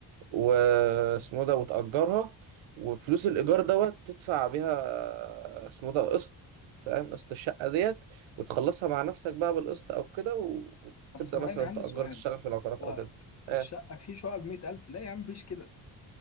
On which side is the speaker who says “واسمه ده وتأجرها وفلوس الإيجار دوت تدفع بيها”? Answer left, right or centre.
Right